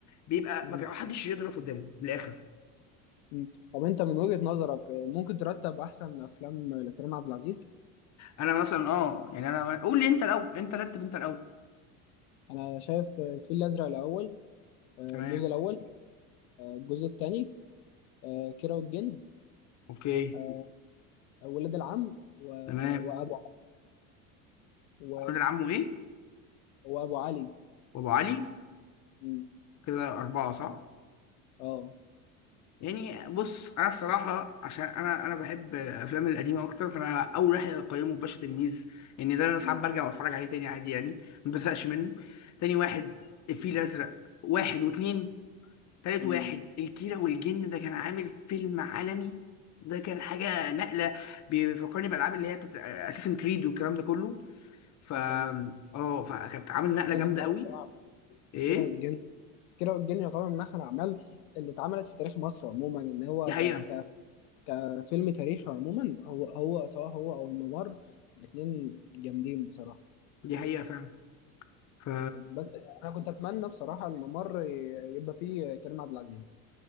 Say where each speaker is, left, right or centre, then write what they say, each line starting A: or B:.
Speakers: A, on the left (about 40°); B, on the left (about 75°).
A: بيبقى
B: مم،
A: ما بيحدش يضرب قدامه من الاخر
B: مم. طب انت من وجهة نظرك آه، ممكن ترتب احسن افلام لكريم عبد العزيز
A: انا مثلا اه يعني انا قول لي انت الاول انت رتب انت الاول
B: انا شايف آه، الفيل الازرق الاول آه،
A: تمام
B: الجزء الاول آه، الجزء الثاني كيرة والجن
A: اوكي
B: آه، ولاد العم و...
A: تمام
B: وابو و...
A: الراجل عمه ايه
B: وابو علي
A: وابو علي
B: مم.
A: كده اربعه صح
B: اه
A: يعني بص انا الصراحه عشان انا انا بحب الافلام القديمه اكتر فانا اول واحد اقيمه باشا تلميذ ان يعني ده انا ساعات
B: مم.
A: برجع واتفرج عليه تاني عادي يعني ما بزهقش منه تاني واحد الفيل الازرق واحد واتنين تالت
B: مم.
A: واحد الكيرة والجن ده كان عامل فيلم عالمي ده كان حاجة نقلة بيفكرني بألعاب اللي هي بتاعت أساسن كريد والكلام ده كله ف
B: هو كان
A: اه فكانت عامل نقلة جامدة
B: اتفق معاك
A: قوي
B: بصراحة
A: ايه
B: كيرة والجن كيرة والجن يعتبر من أحسن الأعمال اللي اتعملت في تاريخ مصر عموما إن هو
A: دي حقيقة
B: ك... ك... كفيلم تاريخي عموما هو هو سواء هو أو الممر الاتنين جامدين بصراحة
A: دي حقيقة فعلا ف
B: بس أنا كنت أتمنى بصراحة الممر ي- يبقى فيه كريم عبد العزيز